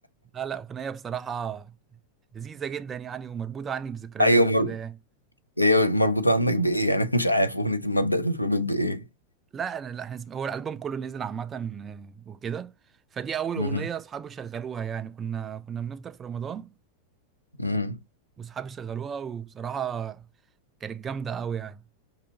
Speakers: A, on the right; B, on the left.
A: لا لا اغنيه بصراحه لذيذه جدا يعني ومربوطه عني بذكريات
B: أيوه مر...
A: وكده يعني
B: هي مربوطة عندك بإيه يعني <laughs> مش عارف أغنية المبدأ تتربط بإيه
A: لا انا لا احنا اسم- هو الالبوم كله نزل عامه آه، وكده فدي اول
B: مهم.
A: اغنيه اصحابي شغلوها يعني كنا كنا بنفطر في رمضان
B: مهم.
A: واصحابي شغلوها وبصراحه كانت جامده قوي يعني